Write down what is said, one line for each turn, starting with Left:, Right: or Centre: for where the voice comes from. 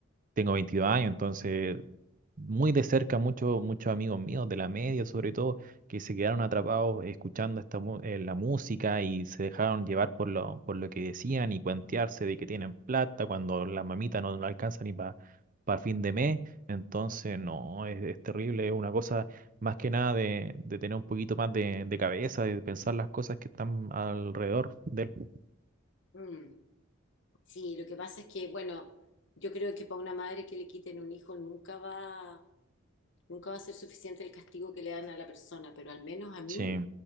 Right: tengo 22 años, entonces muy de cerca muchos muchos amigos míos de la media, sobre todo, que se quedaron atrapados escuchando esta, mu- eh, la música y se dejaron llevar por lo, por lo que decían y cuentearse de que tienen plata cuando las mamitas no, no alcanzan ni para fin de mes. Entonces, no, es, es terrible, es una cosa más que nada de, de tener un poquito más de, de cabeza, de pensar las cosas que están alrededor de él.
Left: Mm. Sí, lo que pasa es que, bueno, yo creo que para una madre que le quiten un hijo nunca va, Nunca va a ser suficiente el castigo que le dan a la persona, pero al menos a mí,
Right: Sí,